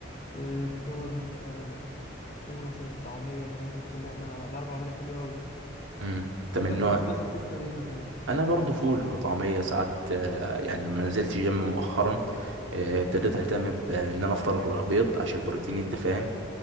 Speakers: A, on the left; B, on the right.
A: آه فطار مثلا الفول مثلا الطعميه الحاجات دي كلها انا بعرف اعملها حلو قوي
B: امم انت من
A: انت بتحب
B: نوع
A: مثلا تفطر ايه مثلا
B: انا برضو فول وطعميه ساعات آه، يعني لما نزلت جيم مؤخرا آه، ابتديت اهتم بان انا افطر بيض عشان البروتين انت فاهم